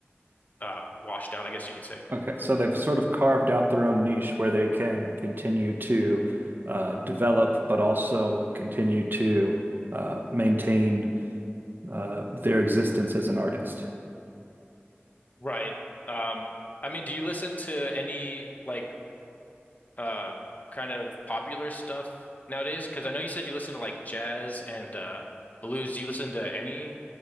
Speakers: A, on the left; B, on the right.
A: uh washed out, I guess you could say.
B: Okay, so they've sort of carved out their own niche where they can continue to uh, develop, but also continue to uh, maintain uh, their existence as an artist.
A: Right. Um, I mean, do you listen to any like uh kind of popular stuff nowadays? Because I know you said you listen to like jazz and uh blues. Do you listen to any?